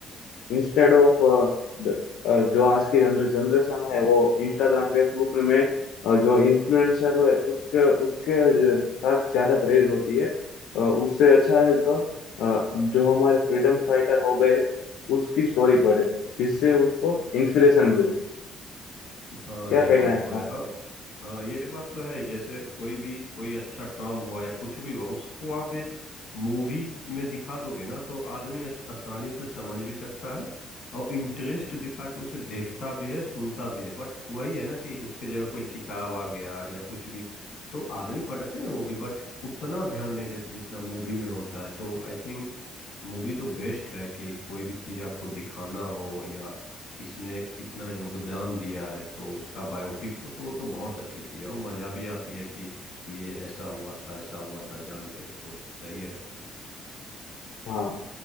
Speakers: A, on the left (about 85°); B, on the left (about 65°).
A: इंस्टेड ऑफ द अ, जो आज की जनर जनरेशन है वो इंस्टाग्राम फेसबुक में अ, जो इन्फ्लुएंसर है उसके उसके ज- साथ ज्यादा प्रेरित होती है अ, उससे अच्छा है तो अ, जो हमारे फ्रीडम फाइटर हो गए उसकी स्टोरी पढ़े जिससे उसको इंस्पिरेशन मिले
B: हाँ
A: क्या
B: ये
A: कहना
B: बात
A: है आपका
B: तो है और हाँ ये बात तो है ही। जैसे कोई भी कोई अच्छा काम हुआ या कुछ भी हुआ उसको आप एक मूवी में दिखा दोगे ना तो आदमी आ- आसानी से समझ भी सकता है और इंटरेस्ट दिखा के उसे देखता भी है सुनता भी है बट वही है ना कि उसके जगह कोई किताब आ गया या कुछ भी तो आदमी पढ़ते हैं वो भी बट उतना ध्यान नहीं देते जितना मूवी में होता है तो आई थिंक मूवी तो बेस्ट है कि कोई भी चीज आपको दिखाना हो या किसने कितना योगदान दिया है तो उसका बायोपिक हो तो वो तो बहुत अच्छी चीज है और मजा भी आती है कि ये ऐसा हुआ था ऐसा हुआ था जान के तो सही है
A: हाँ